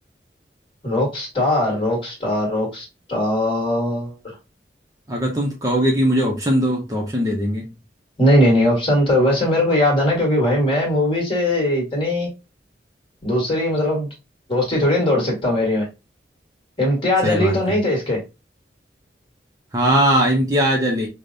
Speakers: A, on the left; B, on the right.
A: rock star rock star rock star
B: अगर तुम कहोगे कि मुझे ऑप्शन दो तो ऑप्शन दे देंगे
A: नहीं नहीं नहीं ऑप्शन तो वैसे मेरे को याद है ना क्योंकि भाई मैं मूवी से इतनी दूसरी मतलब दोस्ती थोड़ी ना तोड़ सकता हूँ मेरी में इम्तियाज
B: सही
A: अली
B: बात
A: तो नहीं
B: है
A: थे इसके
B: हाँ इम्तियाज अली